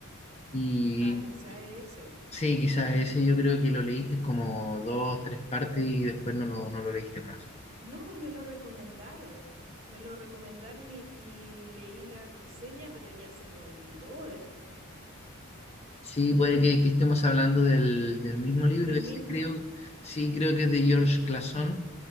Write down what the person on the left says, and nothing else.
Y
sí, quizás ese yo creo que lo leíste como dos, tres partes y después no, no, no lo leíste más.
Sí, puede que, que estemos hablando del, del mismo libro,
ese
creo, sí, creo que es de George Clason.